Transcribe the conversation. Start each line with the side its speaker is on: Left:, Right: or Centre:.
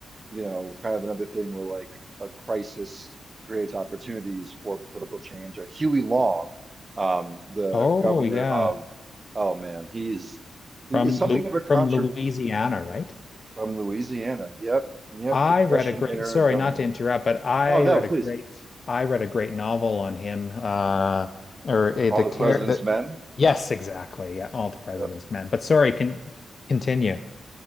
Right: you know, kind of another thing where like a crisis creates opportunities for political change. Uh, Huey Long, um, the
Left: oh
Right: governor
Left: yeah.
Right: of, oh man, he's he
Left: From
Right: is something
Left: Lu
Right: of a
Left: from
Right: contra
Left: Louisiana, right?
Right: from Louisiana. Yep, yep,
Left: I
Right: Depression
Left: read a great,
Right: era
Left: sorry,
Right: governor.
Left: not to interrupt, but I
Right: Oh no,
Left: read
Right: please,
Left: a great, I read a great novel on him. Uh, or uh,
Right: all
Left: the
Right: the
Left: care
Right: president's
Left: that,
Right: men.
Left: yes, exactly. Yeah, All the President's
Right: Yep.
Left: Men. But sorry, can continue.